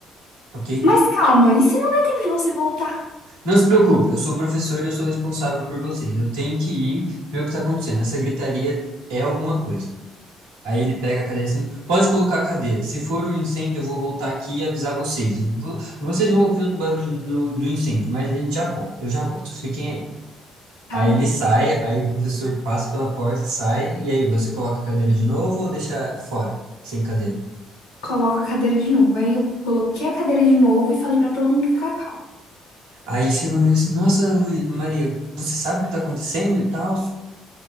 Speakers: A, on the right; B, on the left.
A: ok?
B: Mas calma, e se não der tempo de você voltar?
A: Não se preocupe, eu sou o professor e eu sou responsável por vocês. Eu tenho que ir ver o que tá acontecendo. Essa gritaria é alguma coisa. Aí ele pega a cadeira assim, pode colocar a cadeira. Se for um incêndio, eu vou voltar aqui e avisar vocês. Vo- Vocês vão ouvir o barulho do, do incêndio, mas a gente já volta. Eu já volto, fiquem aí.
B: Tá
A: Aí
B: bom,
A: ele sai, aí o professor passa pela porta, sai, e aí você coloca a cadeira de novo ou deixa fora, sem cadeira?
B: coloco a cadeira de novo. Aí eu coloquei a cadeira de novo e falei pra todo mundo ficar calmo.
A: Aí chega um amigo assim, nossa, Lu- Maria, você sabe o que tá acontecendo e tal?